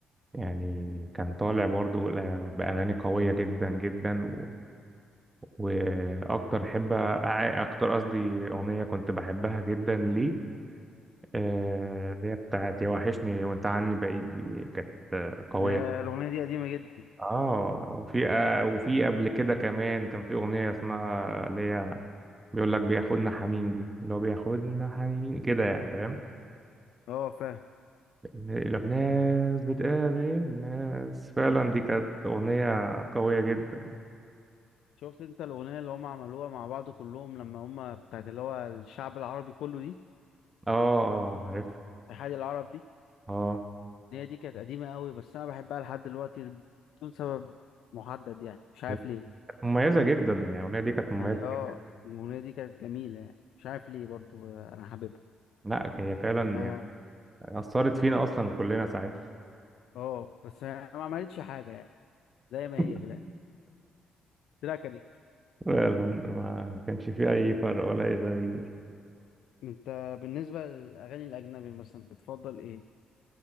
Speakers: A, on the right (about 20°); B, on the left (about 80°).
A: يعني كان طالع برضو ل- باغاني قويه جدا جدا و... واكتر حب اكتر قصدي اغنيه كنت بحبها جدا ليه آه، اللي هي بتاعت يا وحشني وانت عني بعيد دي كانت قويه
B: يا الأغنية دي قديمة جدا
A: اه وفي آه، وفي قبل كده كمان كان في اغنيه اسمها اللي هي بيقول لك بياخدنا حنين دي اللي هو بياخدنا حنين كده يعني فاهم
B: اه فاهم
A: لو ناس بتقابل ناس فعلا دي كانت أغنية قوية جدا
B: شفت انت الأغنية اللي هم عملوها مع بعض كلهم لما هم بتاعت اللي هو الشعب العربي كله دي
A: اه اه عارفها
B: اتحاد العرب دي
A: اه
B: هي دي كانت قديمة قوي بس أنا بحبها لحد دلوقتي بدون سبب محدد يعني مش عارف
A: هي
B: ليه
A: كانت مميزة جدا يعني الأغنية دي كانت مميزة
B: هي اه
A: جدا
B: الأغنية دي كانت جميلة يعني مش عارف ليه برضو أنا حاببها
A: لا هي فعلا
B: اه
A: يعني أثرت فينا أصلا كلنا ساعتها
B: آه، بس هي ما عملتش حاجة يعني زي ما
A: <laughs>
B: هي في الآخر طلع كانت
A: فعلا ما كانش فيه أي فرق ولا أي تغيير
B: أنت بالنسبة للأغاني الأجنبي مثلا بتفضل إيه؟